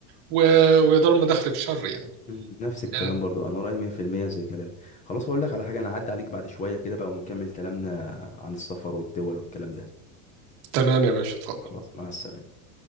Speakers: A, on the right (about 50°); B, on the left (about 15°).
A: و... ويضر مداخلك شر يعني
B: مم، نفس الكلام
A: آه
B: برضو انا رايي 100% زي كلام خلاص هقول لك على حاجه انا هعدي عليك بعد شويه كده بقى ونكمل كلامنا عن السفر والدول والكلام ده
A: تمام يا باشا اتفضل
B: خلاص مع السلامه